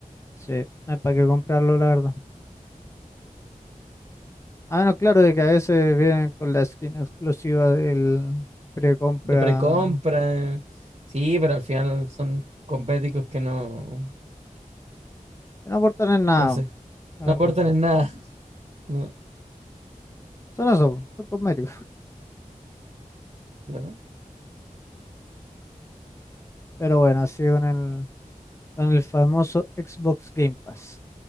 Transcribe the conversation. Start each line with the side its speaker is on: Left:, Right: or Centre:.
Left: Sí, no hay para qué comprarlo, la verdad. Ah, no, claro, de que a veces vienen con la skin exclusiva del precompra.
Right: de precompra. Sí, pero al final son cosméticos que no,
Left: Que no aportan en nada,
Right: no sé,
Left: la
Right: no
Left: verdad.
Right: aportan en nada. No,
Left: Son eso, po, son cosméticos.
Right: claro.
Left: Pero bueno, así con el, con el famoso Xbox Game Pass.